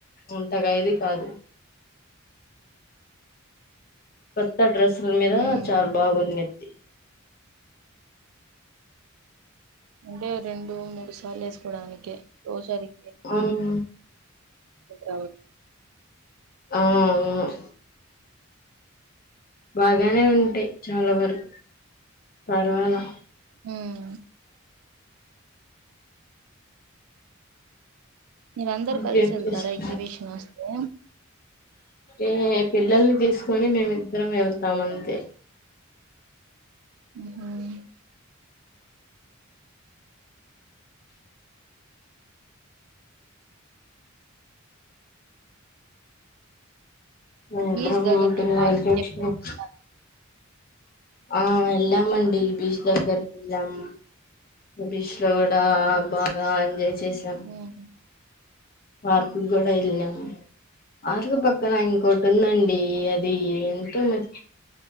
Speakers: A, on the left (about 45°); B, on the right (about 80°).
A: ఇంతగా ఇది కాదు త డ్రెస్సుల మీద
B: ఉమ్
A: చాలా బాగుంది నిక్
B: అంటే రెండు మూడు సార్లు ఏసుకోవడానికి ఓ సారి
A: మ్మ్
B: రావు
A: ఆ అవును బాగానే ఉంటాయి చాలా వరకు పర్వాలా
B: మ్మ్ మీర అందరు
A: ఇంకేం
B: కలిసి వెళ్తారా
A: చేస్తున్నారు
B: ఎగ్జిబిషను ఏం
A: ఏ పిల్లల్ని తీసుకొని మేమిద్దరం వెళ్తాం అంతే
B: మ్మ్ హ్మ్
A: మేమిద్దరం
B: బీచ్ దగ్గరికి
A: <unintelligible>
B: పార్క్ కి ఎప్పుడైనా వెళ్తారా
A: ఆ వెళ్ళాం అండి బీచ్ దగ్గరికి వెళ్ళాము బీచ్ లో కూడా బాగా ఎంజాయ్ చేశాం
B: ఉమ్
A: పార్కుకు గూడా ఎళ్ళాం ఆర్వో పక్కన ఇంకోటి ఉందండి అది ఏంటో నాక్